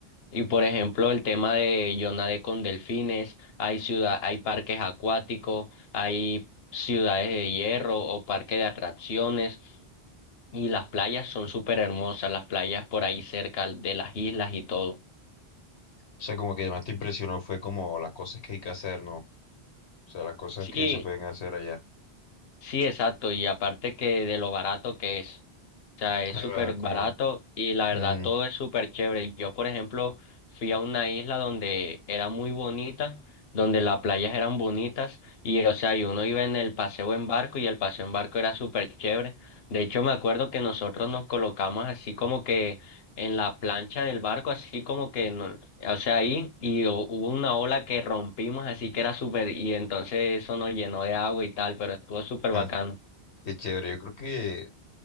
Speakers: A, on the left (about 70°); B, on the left (about 85°).
A: Y por ejemplo, el tema de yo nadé con delfines, hay ciudad, hay parques acuáticos, hay ciudades de hierro o parques de atracciones, y las playas son súper hermosas, las playas por ahí cerca de las islas y todo.
B: O sea, como que más te impresionó fue como las cosas que hay que hacer, ¿no? O sea, las cosas
A: Sí,
B: que se pueden hacer allá.
A: Sí, exacto, y aparte que de lo barato que es, o sea, es
B: Ah,
A: súper
B: como,
A: barato y la verdad
B: ujú,
A: todo es súper chévere. Yo, por ejemplo, fui a una isla donde era muy bonita, donde las playas eran bonitas y, o sea, y uno iba en el paseo en barco y el paseo en barco era súper chévere. De hecho, me acuerdo que nosotros nos colocamos así como que en la plancha del barco, así como que no- o sea, ahí y hu- hubo una ola que rompimos, así que era súper, y entonces eso nos llenó de agua y tal, pero estuvo súper
B: ajá,
A: bacano.
B: qué chévere. Yo creo que